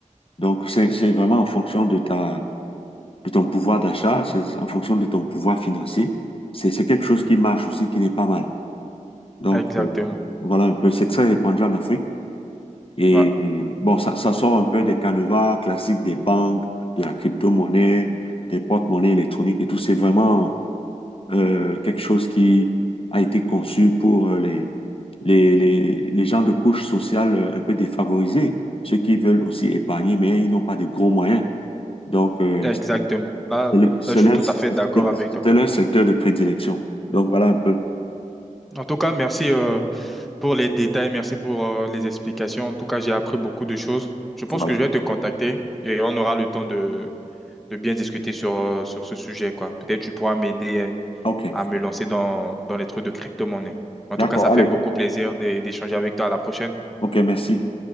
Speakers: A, on the left (about 45°); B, in the centre.
A: Donc, c'est, c'est vraiment en fonction de ta, de ton pouvoir d'achat, c'est en fonction de ton pouvoir financier. C'est, c'est quelque chose qui marche aussi, qui n'est pas mal. Donc,
B: exactement.
A: euh, voilà un peu. C'est très répandu en Afrique. Et
B: Ouais,
A: et bon, ça, ça sort un peu des canevas classiques des banques, de la crypto-monnaie, des porte-monnaies électroniques et tout. C'est vraiment, euh, quelque chose qui a été conçu pour euh, les, les, les, les gens de couche sociale euh, un peu défavorisés, ceux qui veulent aussi épargner, mais ils n'ont pas de gros moyens. Donc, euh,
B: exactement.
A: c'est
B: Là,
A: c'est le- c'est
B: là, je suis
A: leur,
B: tout à fait d'accord avec toi.
A: c'est leur secteur de prédilection. Donc, voilà un peu.
B: En tout cas, merci euh, pour les détails, merci pour euh, les explications. En tout cas, j'ai appris beaucoup de choses. Je pense
A: Voilà.
B: que je vais te contacter et on aura le temps de, de bien discuter sur, euh, sur ce sujet, quoi. Peut-être tu pourras m'aider euh,
A: OK.
B: à me lancer dans, dans les trucs de crypto-monnaie. En
A: D'accord.
B: tout cas, ça fait
A: Allez.
B: beaucoup plaisir d'é- d'échanger avec toi. À la prochaine.
A: OK, merci.